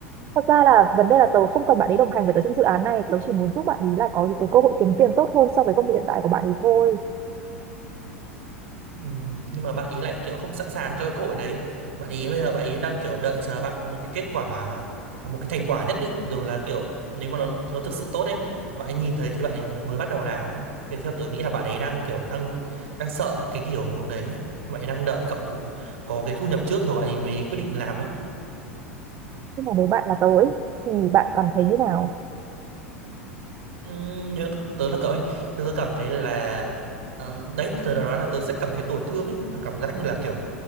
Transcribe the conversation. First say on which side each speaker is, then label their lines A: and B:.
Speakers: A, on the right; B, on the right.
A: Thật ra là vấn đề là tớ không cần bạn ấy đồng hành với tớ trong dự án này Tớ chỉ muốn giúp bạn ấy là có những cái cơ hội kiếm tiền tốt hơn so với công việc hiện tại của bạn ấy thôi
B: Ừ, nhưng mà bạn ý lại kiểu không sẵn sàng cho cơ hội đấy bạn ý bây giờ bạn ý đang kiểu đợi chờ bạn có một cái kết quả một cái thành quả nhất định rồi là kiểu nếu mà nó nó thực sự tốt ấy bạn ấy nhìn thấy thì bạn ấy mới mới bắt đầu làm ấy thì theo tôi nghĩ là bạn ấy đang kiểu đang đang sợ cái kiểu đấy bạn ấy đang đợi cậu có cái thu nhập trước rồi bạn ấy mới quyết định làm ấy
A: Nhưng mà nếu bạn là tớ ấy, thì bạn cảm thấy như nào?
B: ừ, nhớ tớ là cậu ấy tớ, tớ cảm thấy là ờ, đấy như tớ đã nói là tớ sẽ cảm thấy tổn thương ấy là cảm giác như là kiểu